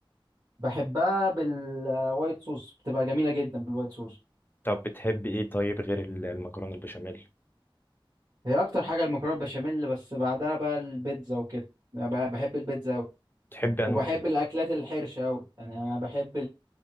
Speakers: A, on the right; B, on the left.
A: بحبها بالوايت صوص بتبقى جميلة جدا بالوايت صوص
B: طب بتحب إيه طيب غير ال- المكرونة البشاميل؟
A: هي اكتر حاجة المكرونة بشاميل بس بعدها بقى البيتزا وكده أنا ب- بحب البيتزا اوي
B: بتحب أنواع
A: وبحب الاكلات الحرشة اوي يعني انا بحب